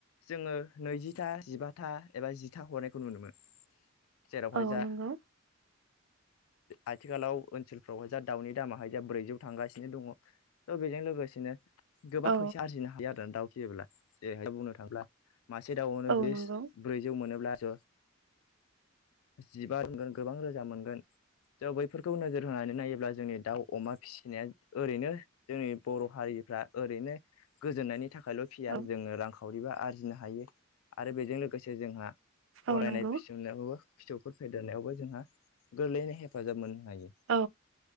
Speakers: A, on the left; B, on the right.
A: जोङो नैजिथा जिबा था एबा जिथा हरनायखौ नुनो मोनो जेरावहाय
B: औ
A: जा
B: नोंगौ
A: आथिखालाव ओनसोलफ्रावहाय जा दाउनि दामाहाय जा ब्रैजौ थांगासिनो दङ त' बेजों लोगोसे बिदिनो गोबां
B: औ
A: फैसा आरजिनो हायो आरोा दाउ फियोबोब्ला जेरैहायाय बुंनो थांब्ला मासे दाउआवनो
B: औ
A: जुदि
B: नंगौ
A: ब्रैजौ मोनोब्लास' जिबा दावजों गोबां रोजा मोनगोन ज' बैफोरखौ नोजोर होनानै नायोब्ला जोंनि दाउ अमा फिसिनाया ओरैनो जोंनि बर' हारि फ्रा ओरैनो गोजोननायनि थाखायल' फिया
B: औ
A: जोङो रांखावरिबो आरजिनो हायो आरो बेजों लोगोसे जोंहा फरायनाय
B: औ नंगौ
A: फिसनायावबो फिसौफोर फेदेरनायावबो जोंहा गोरलैयैनो हेफाजाब मोनो हायो
B: औ